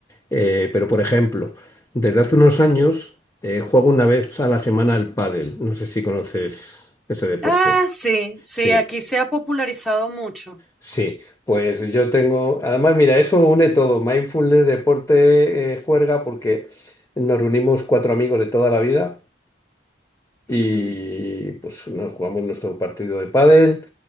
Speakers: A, on the left (about 15°); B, in the centre.
A: Eh, pero, por ejemplo, desde hace unos años eh, juego una vez a la semana al pádel. No sé si conoces ese deporte.
B: Ah, sí, sí,
A: Sí,
B: aquí se ha popularizado mucho.
A: sí. Pues yo tengo... Además, mira, eso une todo. Mindfulness, deporte, eh, juerga, porque nos reunimos cuatro amigos de toda la vida y
B: Ujú.
A: pues nos jugamos nuestro partido de pádel